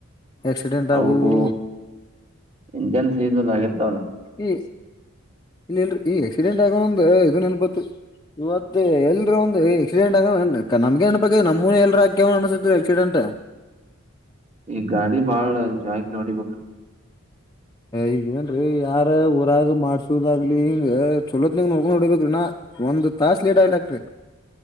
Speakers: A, on the left (about 20°); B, on the right (about 30°).
A: ಆಕ್ಸಿಡೆಂಟ್
B: ಅವು
A: ಆಗುವು
B: ಇಂಜನ್ ಸದ ಆಗರ್ತ
A: ಈ ಇಲ್ಲಲ್ರರಿ ಈ ಆಕ್ಸಿಡೆಂಟ್ ಆಗೋ ಒಂದ ಇದ ನೆನಪತ್ ಇವತ್ತ ಎಲ್ರೂ ಒಂದು ಎಕ್ಸಿಡೆಂಟ್ ಆಗ ನಮ್ಗೆ ನೆನಪಾಗ ನಮ್ಮನನೆ ಎಲ್ರು ಆಕ್ಯವ್ ಅನಸತ್ರು ಎಕ್ಸಿಡೆಂಟ್
B: ಈ ಗಾಡಿ ಬಾಳ ಜಾಯ್ಕಲ ಒಡಿ ಬಕ
A: ಈಗ ಏನ್ರೀ ಯಾರ ಊರಾಗ ಮಾಡ್ಸೋದಾಗ್ಲಿ ಹಿಂಗ ಚೊಲೋತ್ನಂಗ ನೋಡ್ಕೊಂಡ್ ಹೊಡಿಬೇಕ್ರೀನಾ ಒಂದು ತಾಸ ಲೇಟ್ ಆಗ್ಲಕ್ರಿ